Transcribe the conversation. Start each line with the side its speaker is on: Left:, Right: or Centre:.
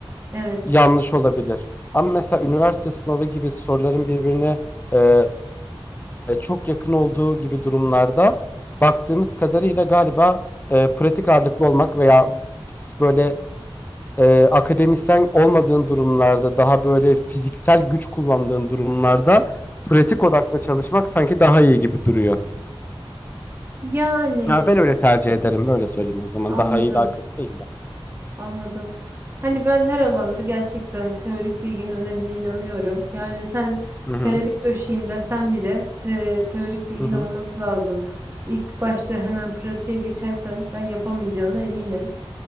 Right: Evet.
Left: yanlış olabilir. Ama mesela üniversite sınavı gibi soruların birbirine e, çok yakın olduğu gibi durumlarda baktığımız kadarıyla galiba e, pratik ağırlıklı olmak veya böyle e, akademisyen olmadığın durumlarda daha böyle fiziksel güç kullandığın durumlarda pratik odaklı çalışmak sanki daha iyi gibi duruyor.
Right: Yani
Left: Ya ben öyle tercih ederim. Öyle söyleyeyim o zaman.
Right: anladım,
Left: Daha iyi daha kötü değil de.
Right: anladım. Hani ben her alanda gerçekten teorik bilginin önemine inanıyorum. Yani sen
Left: Hı
Right: seramik
Left: hı.
Right: döşeyim desen bile te- teorik bilgin
Left: Hı hı.
Right: olması lazım. İlk başta hemen pratiğe geçersen ben yapamayacağına eminim.